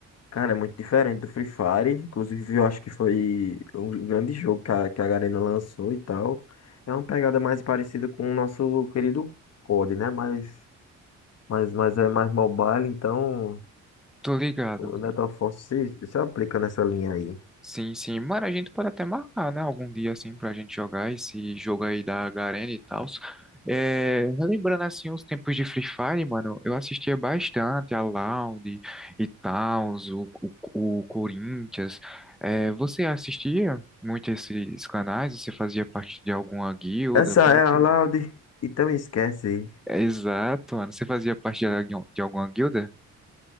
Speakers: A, on the left; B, in the centre.
A: Cara, é muito diferente do Free Fire. Inclusive, eu acho que foi um grande jogo que a, que a Garena lançou e tal. É uma pegada mais parecida com o nosso querido COD, né? Mas, mas, mas é mais mobile, então.
B: Tô ligado.
A: O Neto Afonso se, se aplica nessa linha aí.
B: Sim, sim. Mano, a gente pode até marcar, né? Algum dia, assim, pra gente jogar esse jogo aí da Garena e tal. É, relembrando, assim, os tempos de Free Fire, mano, eu assistia bastante a Loud e tal, o, o, o Corinthians. É, você assistia muito esses canais? Você fazia parte de alguma guilda?
A: Essa
B: Como
A: é
B: é
A: a
B: que...
A: Laude. Então esquece.
B: É, exato, mano. Você fazia parte de, algum- de alguma guilda?